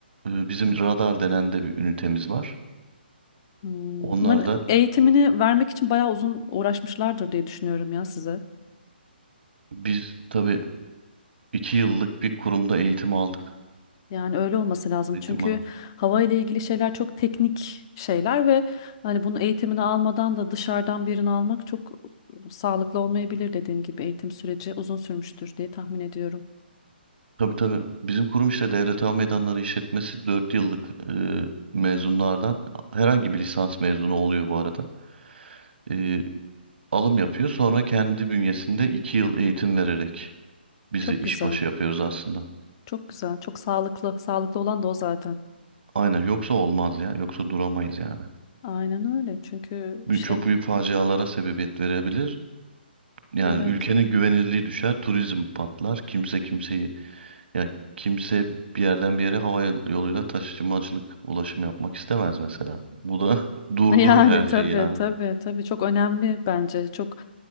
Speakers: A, on the right (about 70°); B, on the left (about 25°).
A: e, bizim radar denen de bir ünitemiz var.
B: Hmm.
A: Onlar
B: Bunların
A: da
B: eğitimini vermek için bayağı uzun uğraşmışlardır diye düşünüyorum ya size.
A: biz tabii iki yıllık bir kurumda eğitim aldık.
B: Yani öyle olması lazım.
A: Eğitim
B: Çünkü hava ile ilgili şeyler çok teknik şeyler ve hani bunun eğitimini almadan da dışarıdan birini almak çok sağlıklı olmayabilir dediğim gibi eğitim süreci uzun sürmüştür diye tahmin ediyorum.
A: Tabii tabii. Bizim kurum işte Devlet Hava Meydanları İşletmesi 4 yıllık e, mezunlardan herhangi bir lisans mezunu oluyor bu arada. E, alım yapıyor sonra kendi bünyesinde 2 yıl eğitim vererek bizi
B: Çok
A: işbaşı
B: güzel.
A: yapıyoruz aslında.
B: Çok güzel. Çok sağlıklı. Sağlıklı olan da o zaten.
A: Aynen yoksa olmaz ya yoksa duramayız yani.
B: Aynen öyle. Çünkü
A: Bü-
B: şey,
A: Çok büyük facialara sebebiyet verebilir. Yani
B: evet.
A: ülkenin güvenirliği düşer, turizm patlar, kimse kimseyi Ya kimse bir yerden bir yere hava yoluyla taşımacılık ulaşım yapmak istemez mesela. Bu da <laughs>
B: <laughs>
A: durdurur
B: Yani
A: her şeyi
B: tabii
A: yani.
B: tabii tabii çok önemli bence çok